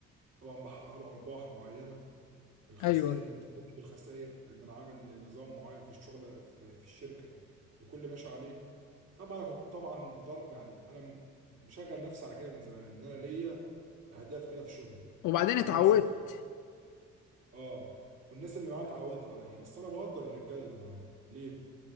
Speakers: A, on the right; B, on the left.
A: طبعا بحقق له ارباح معينة الخسائر
B: ايوه
A: متجنب الخسائر لان انا عامل نظام معين في الشغل في, في الشركة الكل ماشي عليه طبعا انا كنت طبعا مضر يعني انا مشغل نفسي على كده من زمان ان انا ليا اهداف كده في شغلي
B: وبعدين
A: لازم
B: اتعودت
A: اوصل اه والناس اللي معايا اتعودت عليا بس انا بقدر الرجاله اللي معايا ليه